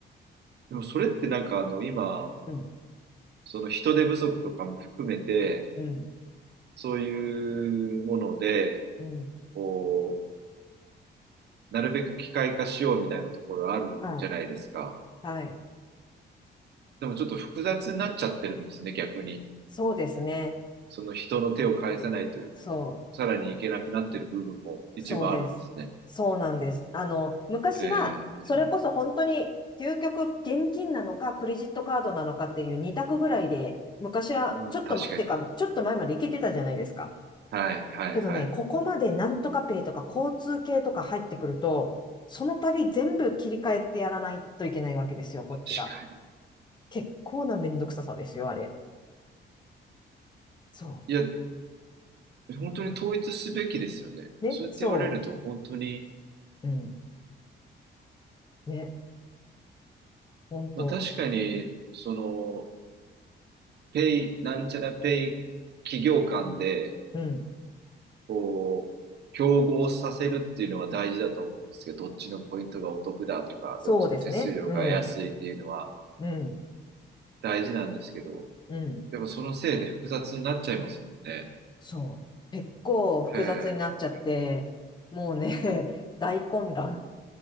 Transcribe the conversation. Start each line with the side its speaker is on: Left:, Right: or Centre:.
Right: でもそれってなんかあの今、
Left: うん。
Right: その人手不足とかも含めて、
Left: うん。
Right: そういうもので、
Left: うん。
Right: こう、なるべく機械化しようみたいなところあるじゃないですか。
Left: はい。はい。
Right: でもちょっと複雑になっちゃってるんですね、逆に。
Left: そうですね。
Right: その人の手を返さないという、
Left: そう。
Right: さらにいけなくなってる部分も一部あるんですね。
Left: そうです。そうなんです。あの、昔は、
Right: え
Left: それこそ本当に、究極現金なのか、クレジットカードなのかっていう二択ぐらいで、昔は、
Right: ー、うん確かに。
Left: ちょっとま、てか、ちょっと前までいけてたじゃないですか。
Right: はい、はい、
Left: けどね、
Right: はい。
Left: ここまでなんとかペイとか交通系とか入ってくると、その度全部切り替えてやらないといけないわけですよ、こっちが。
Right: 確かに。
Left: 結構なめんどくささですよ、あれ。そ
Right: いや、本当に統一すべきですよね。
Left: う。ね、
Right: そうやって言われると本当に、
Left: そう。うん。ね、ほんと。
Right: まあ確かに、その、ペイ、なんちゃらペイ企業間で、
Left: うん。
Right: こう、競合させるっていうのは大事だと思うんですけど、どっちのポイントがお得だとか、
Left: そうですね。
Right: どっちの手数料が安いっていうのは、
Left: うん。うん。
Right: 大事なんですけど、
Left: うん。
Right: やっぱそのせいで複雑になっちゃいますもんね。
Left: そう。結構複雑になっちゃって、
Right: へえ、
Left: もうね、<laughs> 大混乱。